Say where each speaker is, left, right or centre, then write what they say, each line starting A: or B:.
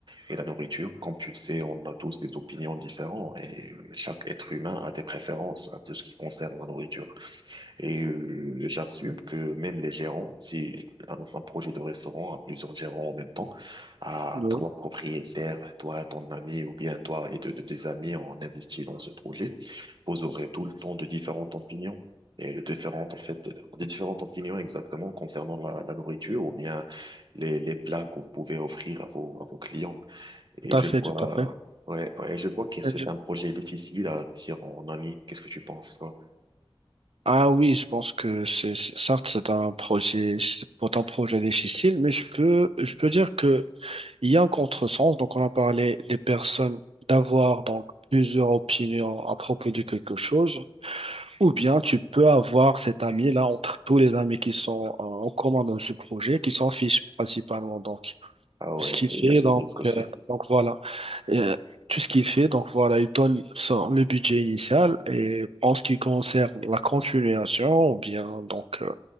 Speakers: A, on the right; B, on the right.
A: et la nourriture, comme tu le sais, on a tous des opinions différentes et chaque être humain a des préférences à ce qui concerne la nourriture. Et euh, j'assume que même les gérants, si un, un projet de restaurant a plusieurs gérants en même temps, à
B: oui,
A: trois propriétaires, toi, ton ami ou bien toi et deux de tes amis en investi dans ce projet, vous aurez tout le temps de différentes opinions. Et de différentes, en fait, des différentes opinions exactement concernant la, la nourriture ou bien les, les plats que vous pouvez offrir à vos, à vos clients. Et
B: tout à
A: je
B: fait,
A: vois,
B: tout à fait. tout à
A: ouais, ouais, je vois
B: fait.
A: que c'est
B: Et je-
A: un projet difficile à réussir en ami. Qu'est-ce que tu penses, toi?
B: Ah oui, je pense que c'est, c'est- certes, c'est un projet, c'est pas un projet difficile, mais je peux, je peux dire que Il y a un contresens, donc on a parlé des personnes d'avoir donc plusieurs opinions à propos de quelque chose, ou bien tu peux avoir cet ami-là entre tous les amis qui sont euh, en commun dans ce projet, qui s'en fichent principalement donc
A: Ah ouais,
B: tout ce qu'il fait,
A: il y a ce
B: donc,
A: risque aussi.
B: euh, donc voilà. Euh, tout ce qu'il fait, donc voilà, il donne son- le budget initial et en ce qui concerne la continuation, ou bien donc euh,